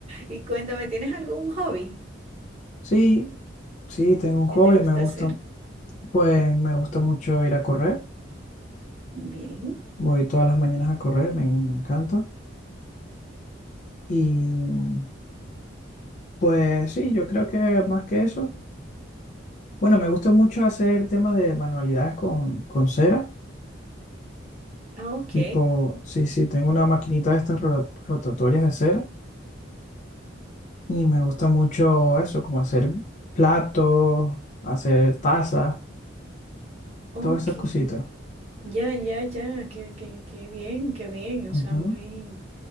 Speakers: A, on the right; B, on the left.
A: Y cuéntame, ¿tienes algún hobby
B: Sí, sí, tengo un hobby,
A: que te gusta
B: me gusta,
A: hacer?
B: pues me gusta mucho ir a correr.
A: Bien.
B: Voy todas las mañanas a correr, me, me encanta. Y pues sí, yo creo que más que eso, bueno, me gusta mucho hacer temas de manualidades con, con cera.
A: Ah, ok,
B: Tipo, sí, sí, tengo una maquinita de estas ro- rotatorias de cera y me gusta mucho eso, como hacer platos, hacer tazas,
A: ok,
B: todas esas cositas.
A: ya, ya, ya, qué, qué, qué bien, qué bien, o sea,
B: Ujú.
A: muy,